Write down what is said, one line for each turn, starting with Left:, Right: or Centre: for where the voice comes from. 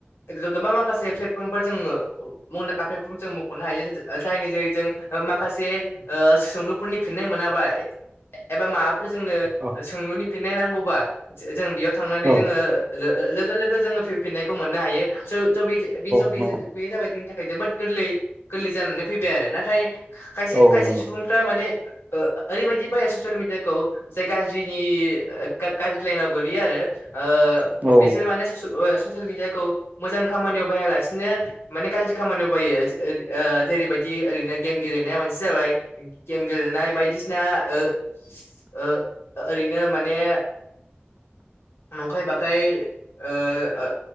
Left: गो गोबां माखासे प्लेटफर्म फोर जोङो मुंदांखा प्लेटफर्म जों मख'नो हायो जोंजों जा जायनि जोहै जों ओ माखासे ओ सोंलुफोरनि फिन्नाय मोनाब्ला ए एबा माबाफोरजोंनो
Right: औ
Left: सोंलुनि फिन्नाय नांगौ बा जों जों बेयाव थांनानै
Right: औ
Left: जोङो लो लोगो लोगो जोङो फि फिनायखौ मोननो हायो। स' <unintelligible> जाबाय।
Right: नंगौ
Left: जोंनि थाखाय जोबोद गोरलै गोरलै जानानै फैबाय आरो नाथाय खायसे
Right: औ
Left: खायसे
Right: नंगौ
Left: सुबुंफ्रा माने ओ ओरै बायदि बायो ससियेल मिडियाखौ। जाय गाज्रिनि ओ गा गाज्रि लाायनाव गोलैयो‌ आरो ओ
Right: औ औ
Left: बिसोर माने ससियेल अ ससियेल मिडियाखौ मोजां खामानियाव बाहायालासिनो माने गाज्रि खामानियाव बाहायो ओ ओ जेरैबायदि। ओरैनो गेम गेलेनाया मोनसे जाबाय। गेम गेलेनाय बायदिसिना ओ ओ ओरैनो माने नंखाय बाखाय ओ ओ